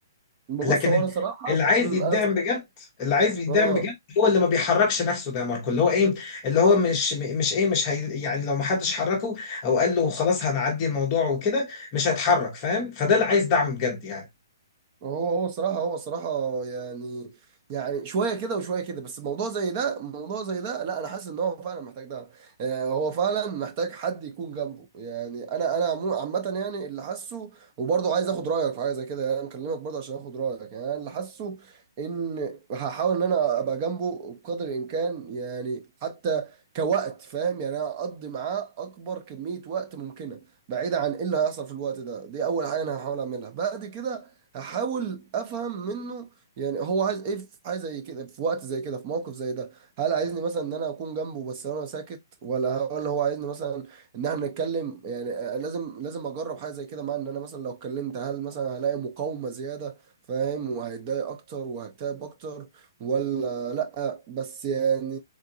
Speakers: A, on the right (about 25°); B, on the left (about 20°).
A: ببص
B: لكن
A: هو
B: ال-
A: انا صراحه
B: اللي عايز
A: امم
B: يدعم
A: أنا ص-
B: بجد اللي عايز يدعم
A: اه
B: بجد هو اللي ما بيحركش نفسه ده يا ماركو اللي هو ايه اللي هو مش م- مش ايه مش هي يعني لو ما حدش حركه او قال له خلاص هنعدي الموضوع وكده مش هيتحرك فاهم فده اللي عايز دعم بجد يعني
A: هو هو صراحة هو صراحة يعني يعني شوية كده وشوية كده بس موضوع زي ده موضوع زي ده لا أنا حاسس إن هو فعلا محتاج دعم آه، هو فعلا محتاج حد يكون جنبه يعني أنا أنا عمو- عامة يعني اللي حاسه وبرضه عايز آخد رأيك في حاجة زي كده يعني أنا مكلمك برضه عشان آخد رأيك يعني أنا اللي حاسه إن هحاول إن أنا أبقى جنبه بقدر الإمكان يعني حتى كوقت فاهم يعني أنا أقضي معاه أكبر كمية وقت ممكنة بعيد عن إيه اللي هيحصل في الوقت ده دي أول حاجة أنا هحاول أعملها بعد كده هحاول افهم منه يعني هو عايز ايه في حاجه زي كده في وقت زي كده في موقف زي ده هل عايزني مثلا ان انا اكون جنبه بس انا ساكت ولا ولا هو عايزني مثلا ان احنا نتكلم يعني آه، لازم لازم اجرب حاجه زي كده مع ان انا مثلا لو اتكلمت هل مثلا هلاقي مقاومه زياده فاهم وهيتضايق اكتر وهكتئب اكتر ولا لا بس يعني